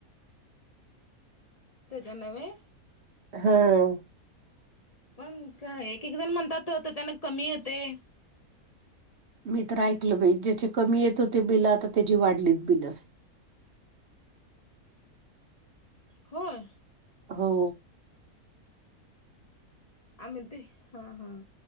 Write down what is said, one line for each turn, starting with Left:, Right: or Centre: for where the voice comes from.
Left: त्याच्यान <unintelligible>
Right: ह
Left: पण का एक एक जण म्हणतात त्याच्यान कमी येतय.
Right: मी तर ऐकल बाई ज्याचे कमी येत होते बिल आता त्याची वाढलेत बिल.
Left: होय
Right: हो
Left: आम्ही ते हा हा.